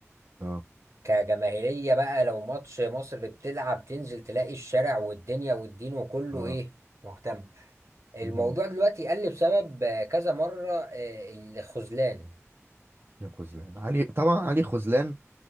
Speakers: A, on the right; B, on the right.
A: اه
B: كجماهيرية بقى لو ماتش مصر بتلعب تنزل تلاقي الشارع والدنيا والدين وكله
A: اه
B: ايه مهتم الموضوع
A: مهم.
B: دلوقتي قل بسبب آه، كذا مرة آه، الخذلان
A: يا خذلان علي طبعا علي خذلان